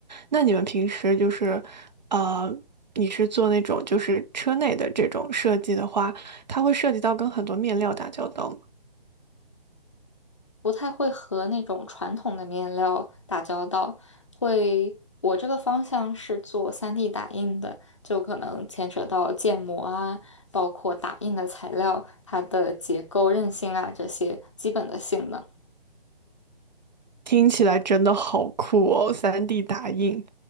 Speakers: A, on the right; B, on the left.
A: 那你们平时就是，呃，你是做那种就是车内的这种设计的话，它会涉及到跟很多面料打交道吗？
B: 不太会和那种传统的面料打交道，会，我这个方向是做 3D 打印的，就可能牵扯到建模啊，包括打印的材料，它的结构韧性啊这些基本的性能。
A: 听起来真的好酷哦，3D 打印，